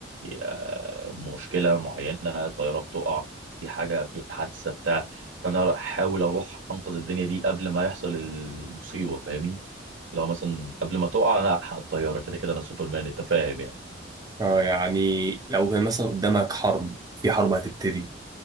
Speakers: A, on the right; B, on the right.
A: آه، مشكله معينه طياره بتقع في حاجه في حادثه بتاع فانا احاول اروح انقذ الدنيا دي قبل ما يحصل المصيبه فاهمني لو مثلا قبل ما تقع انا الحق الطياره كده كده انا سوبرمان انت فاهم يعني
B: اه يعني لو كان مثلا قدامك حرب في حرب هتبتدي